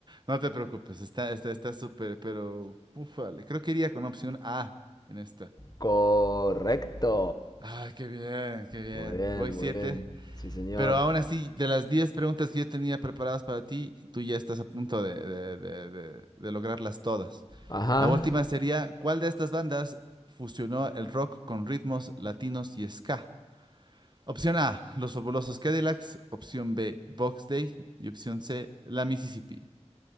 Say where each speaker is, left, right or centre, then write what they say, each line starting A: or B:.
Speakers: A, on the right; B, on the left.
A: No te preocupes, está, está, está súper, pero ufale, creo que iría con opción A en esta.
B: Correcto.
A: Ay, qué bien, qué bien.
B: Muy bien,
A: Voy
B: muy
A: siete,
B: bien. Sí, señor.
A: pero aún así, de las diez preguntas que yo tenía preparadas para ti, tú ya estás a punto de, de, de, de, de lograrlas todas.
B: Ajá.
A: La última sería, ¿cuál de estas bandas fusionó el rock con ritmos latinos y ska? Opción A, Los Fabulosos Cadillacs. Opción B, Box Day. Y opción C, La Mississippi.